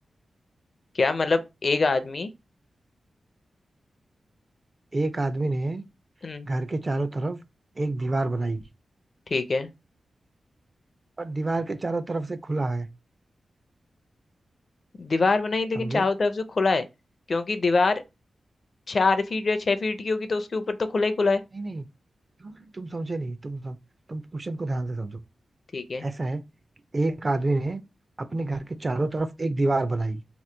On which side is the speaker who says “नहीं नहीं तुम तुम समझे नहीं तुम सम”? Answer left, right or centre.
Right